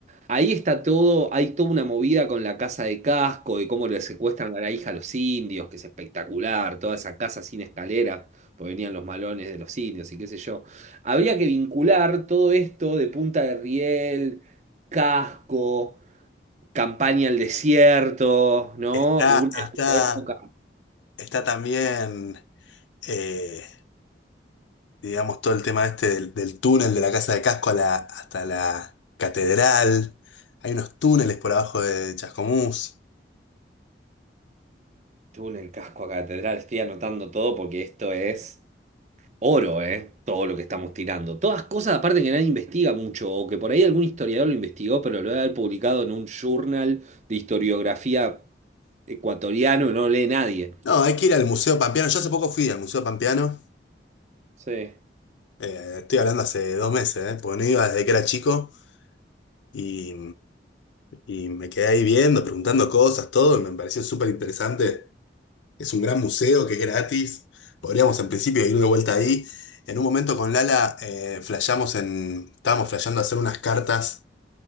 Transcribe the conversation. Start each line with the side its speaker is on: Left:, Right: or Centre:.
Right: Ahí está todo, hay toda una movida con la casa de Casco, de cómo le secuestran a la hija a los indios, que es espectacular, toda esa casa sin escalera, porque venían los malones de los indios y qué sé yo. Habría que vincular todo esto de Punta de Riel, Casco campaña al desierto, ¿no?
Left: Está,
Right: Una
Left: está,
Right: una época.
Left: está también, eh, digamos, todo el tema este del, del túnel de la Casa de Casco a la- hasta la catedral. Hay unos túneles por abajo de Chascomús.
Right: Tú en el casco a catedral, estoy anotando todo porque esto es oro, ¿eh? Todo lo que estamos tirando. Todas cosas, aparte que nadie investiga mucho, o que por ahí algún historiador lo investigó, pero lo debe haber publicado en un journal de historiografía ecuatoriano que no lee nadie.
Left: No, hay que ir al Museo Pampeano. Yo hace poco fui al Museo Pampeano.
Right: Sí.
Left: Eh, estoy hablando hace dos meses, ¿eh? Porque no iba desde que era chico. Y, y me quedé ahí viendo, preguntando cosas, todo, y me pareció súper interesante. Es un gran museo que es gratis. Podríamos en principio ir de vuelta ahí. En un momento con Lala eh, flasheamos en, estábamos flasheando hacer unas cartas,